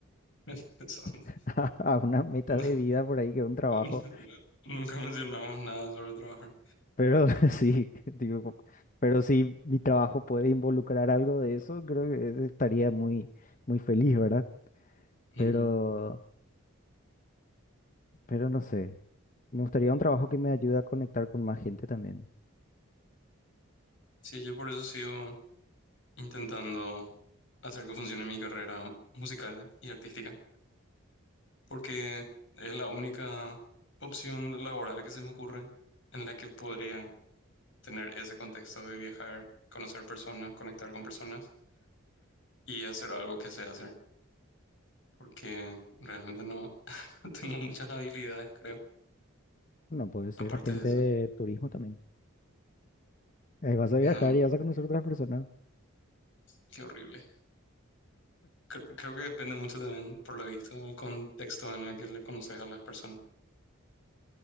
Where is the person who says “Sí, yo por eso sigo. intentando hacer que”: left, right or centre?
Left